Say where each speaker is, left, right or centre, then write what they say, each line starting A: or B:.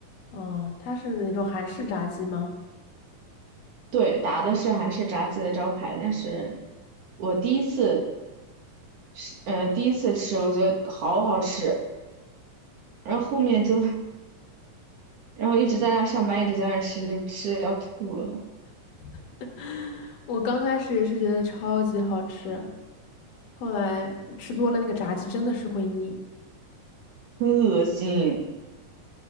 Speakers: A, on the left; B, on the right.
A: 哦，它是那种韩式炸鸡吗？
B: 对，打的是韩式炸鸡的招牌，但是我第一次吃，呃，第一次吃，我觉得好好吃，然后后面就，然后一直在那上班，一直在那吃，就吃得要吐了，
A: <laughs> 我刚开始也是觉得超级好吃，后来吃多了那个炸鸡真的是会腻。
B: 很恶心，